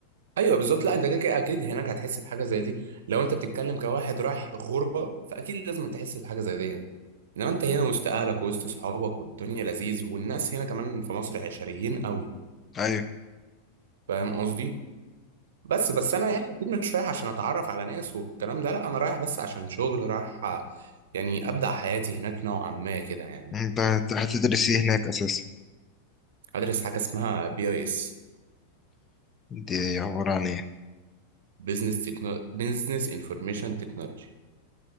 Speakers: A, on the right; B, on the left.
A: ايوه بالظبط لا انت كده كده اكيد هناك هتحس بحاجه زي دي لو انت بتتكلم كواحد رايح غربه فاكيد لازم تحس بحاجه زي دي انما انت هنا وسط اهلك وسط صحابك والدنيا لذيذ والناس هنا كمان في مصر عشريين قوي
B: ايوه
A: فاهم قصدي بس بس انا يعني اكيد مش رايح عشان اتعرف على ناس والكلام ده لا انا رايح بس عشان شغل رايح آه، يعني ابدا حياتي هناك نوعا ما كده يعني
B: انت هت- هتدرس ايه هناك اساسا
A: ادرس حاجه اسمها بي اي اس
B: دي عبارة عن ايه
A: بزنس تكنو بزنس انفورميشن تكنولوجي